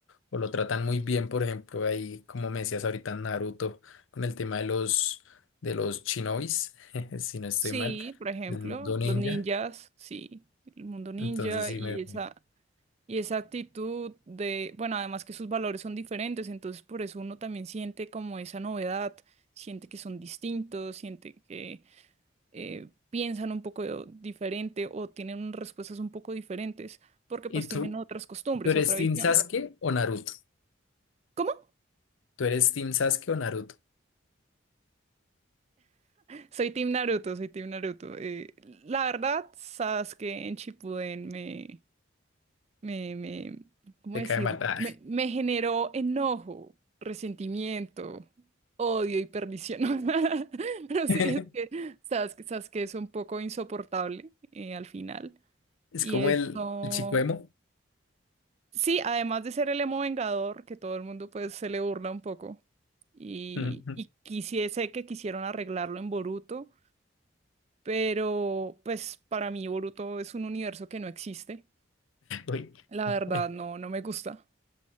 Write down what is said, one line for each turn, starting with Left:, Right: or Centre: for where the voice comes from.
Left: o lo tratan muy bien, por ejemplo, ahí, como me decías ahorita, en Naruto, con el tema de los, de los shinobis, <laughs> si no estoy
Right: sí,
Left: mal,
Right: por ejemplo,
Left: el mundo ninja.
Right: los ninjas, sí, el mundo ninja
Left: Entonces sí
Right: y
Left: me...
Right: esa... Y esa actitud de, bueno, además que sus valores son diferentes, entonces por eso uno también siente como esa novedad, siente que son distintos, siente que eh, piensan un poco diferente o tienen unas respuestas un poco diferentes, porque
Left: ¿Y
Right: pues tienen
Left: tú?
Right: otras costumbres,
Left: ¿Tú eres
Right: otra visión.
Left: Team Sasuke o Naruto?
Right: ¿Cómo?
Left: ¿Tú eres Team Sasuke o Naruto?
Right: Soy Team Naruto, soy Team Naruto. Eh, la verdad, Sasuke en Shippuden me, me, me, ¿cómo
Left: Te
Right: decirlo?
Left: cae mal. Ah.
Right: Me, me generó enojo, resentimiento, odio y perdición. <laughs> Pero sí,
Left: <laughs>
Right: es que sabes, que sabes que es un poco insoportable eh, al final.
Left: Es
Right: Y
Left: como
Right: eso,
Left: el, el chico emo.
Right: sí, además de ser el emo vengador, que todo el mundo pues se le burla un poco. Y,
Left: <laughs>
Right: y quisiese que quisieron arreglarlo en Boruto, pero pues para mí Boruto es un universo que no existe.
Left: Uy.
Right: La
Left: <laughs>
Right: verdad, no, no me gusta.